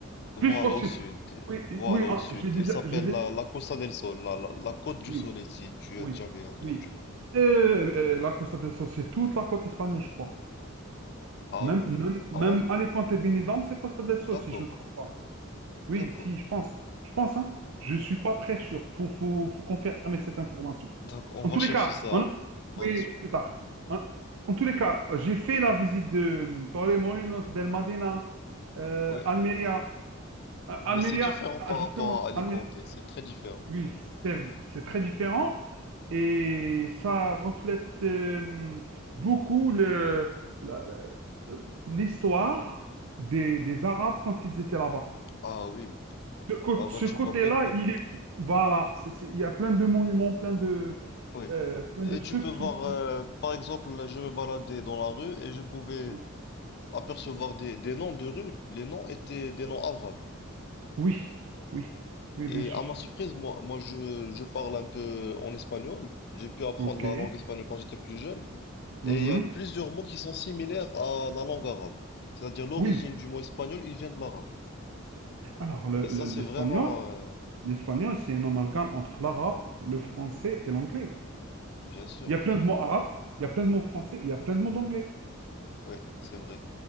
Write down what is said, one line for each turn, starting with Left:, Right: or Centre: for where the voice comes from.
Left: Voilà
Right: Plus au sud.
Left: au sud,
Right: Oui,
Left: voilà
Right: oui,
Left: au
Right: ah,
Left: sud.
Right: j'ai déjà.
Left: Elle s'appelle
Right: J'ai dé-
Left: la, la Costa del Sol, la, la, la Côte du
Right: Oui,
Left: Soleil, si tu
Right: oui,
Left: as jamais entendu.
Right: oui. Euh, euh, la Costa del Sol, c'est toute la côte espagnole, je crois.
Left: Ah,
Right: Même, même,
Left: hum,
Right: même
Left: ah bon?
Right: Alicante et Benidorm, c'est Costa del Sol,
Left: D'accord,
Right: si je me trompe pas.
Left: d'accord.
Right: Oui, si, je pense. Je pense, hein. Je suis pas très sûr. Faut, faut, faut confirmer cette information.
Left: Donc on
Right: En
Left: va
Right: tous
Left: chercher
Right: les cas,
Left: ça
Right: on-
Left: par
Right: oui,
Left: la suite.
Right: plus tard. En, en tous les cas, j'ai fait la visite de Torremolinos, Belmadina, euh,
Left: Oui,
Right: Almeria. Euh, Almeria,
Left: mais c'est différent
Right: ah,
Left: par
Right: justement.
Left: rapport à Alicante,
Right: Alme-
Left: c'est très différent.
Right: Oui, c'est c'est très différent et ça reflète euh, beaucoup le, la- la- l'histoire des, des Arabes quand ils étaient là-bas.
Left: Ah oui,
Right: Ce, cô-
Left: là-bas
Right: ce
Left: tu
Right: côté-là,
Left: vois beaucoup.
Right: il est... Voilà, c'est- c'est- il y a plein de monuments, plein de,
Left: Oui.
Right: euh, plein
Left: Et
Right: de trucs
Left: tu peux voir,
Right: qui... qui-
Left: euh, par exemple, là, je me baladais dans la rue et je pouvais
Right: mmh.
Left: apercevoir des, des noms de rues. Les noms étaient des noms arabes.
Right: Oui, oui, oui,
Left: Et
Right: bien sûr.
Left: à ma surprise, moi, moi je, je parle un peu en espagnol. J'ai pu apprendre
Right: OK.
Left: la langue espagnole quand j'étais plus jeune.
Right: Mhm.
Left: Et il y a plusieurs mots qui sont similaires à la langue arabe. C'est-à-dire l'origine
Right: Oui.
Left: du mot espagnol, il vient de l'arabe.
Right: Alors, le-
Left: Et ça,
Right: le-
Left: c'est
Right: l'espagnol,
Left: vraiment... euh,
Right: l'espagnol, c'est un amalgame entre l'arabe, le français et l'anglais.
Left: Bien sûr,
Right: Il y a
Left: oui.
Right: plein de mots arabes, il y a plein de mots français, il y a plein de mots d'anglais.
Left: Oui, c'est vrai.